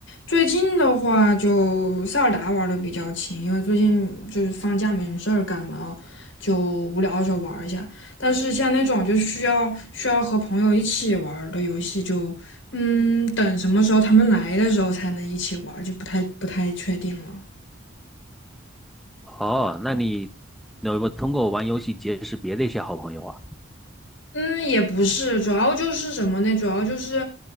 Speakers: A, on the left (about 75°); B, in the centre.
A: 最近的话就塞尔达玩的比较勤，因为最近就是放假没什么事儿干嘛哦，就无聊的时候玩一下。但是像那种就需要需要和朋友一起玩儿的游戏就，嗯，等什么时候他们来的时候才能一起玩儿，就不太不太确定了。
B: 哦，那你有没有通过玩游戏结识别的一些好朋友啊？
A: 嗯，也不是，主要就是什么呢？主要就是，